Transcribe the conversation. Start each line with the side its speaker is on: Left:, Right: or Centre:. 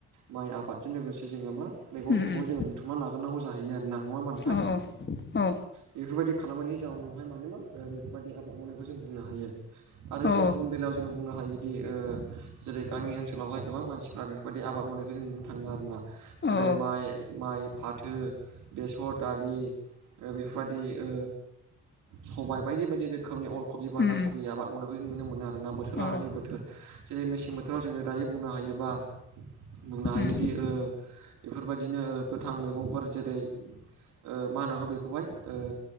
Right: माइ आबादजों लोगोसे जोङो मा मैगं
Left: उम
Right: थाइगं
Left: उम
Right: जोङो बुथुमना लाग्रोनांगौ जाहैयो आरोना नङा होमबा नोंथां
Left: औ औ
Right: बेफोरबायदि खालामनायनि जाउनावहाय माने मा बेफोरबायदि आबाद मावनायखौ जों बुंनो हायो आरो जों
Left: औ
Right: गुबुन बेलायाव जों बुंनो हायोदि ओ जेरै गामि ओनसोलाव ओनसोलावहाय गोबां मानसिफ्रा बेफोरबायदि आबाद मावनायखौ जों नुनो थाङो आरोना जेरै
Left: औ
Right: माइ माइ फाथो बेसर दालि बेफोरबायदि ओ सबाइ बायदि बायदि रोखोमनि अर कबि बान्दा
Left: उम
Right: खबि आबाद मावनायखौ जों नुनो मोनो आरो ना बोथोर लानानै
Left: उम औ
Right: बोथोर जेरै मेसें बोथोराव जोङो दायो बुंनो हायोबा बुंनो हायोदि
Left: उम
Right: ओ बेफोरबायदिनो गोथां मैगंफोर जेरै ओ मा होननांगौ बेखौहाय ओ